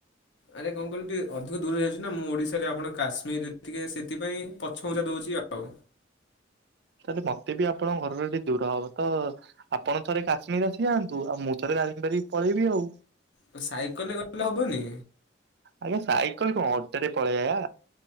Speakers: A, on the left; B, on the right.
A: ଆରେ କଣ କହିଲି ଟିକେ ଅଧିକ ଦୂରରେ ଯାଉଛି ନା ମୁଁ ଓଡ଼ିଶାରେ ଆପଣ କାଶ୍ମୀରରେ ଟିକି ସେଥିପାଇଁ ପଛ ଘଛା ଦେଉଛି ଆଉ।
B: ତାହେଲେ ମତେ ବି ଆପଣଙ୍କ ଘରରେ ଟିକେ ଦୂର ହବ ତ ଆପଣ ଥରେ କାଶ୍ମୀର ଆସି ଯାଆନ୍ତୁ ଆଉ ମୁଁ ତ ଦାରିଂବାଡ଼ି ପଳେଇବି ଆଉ।
A: ତ ସାଇକେଲରେ ଗଲେ ହବନି।
B: ଆଜ୍ଞା ସାଇକେଲ କଣ ଅଟୋରେ ପଳେଇଆ।